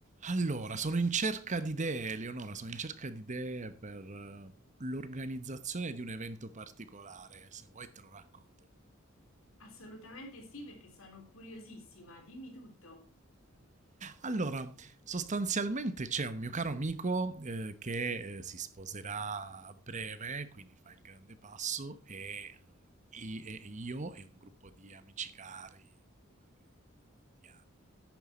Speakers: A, on the right; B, on the left.
A: Allora, sono in cerca di idee, Eleonora, sono in cerca di idee per eh, l'organizzazione di un evento particolare, se vuoi te lo racconto.
B: Assolutamente sì, perché sono curiosissima, dimmi tutto.
A: Allora, sostanzialmente c'è un mio caro amico eh, che eh, si sposerà a breve, quindi fa il grande passo, e, eh, i- e io e un gruppo di amici cari, ormai che da tanti anni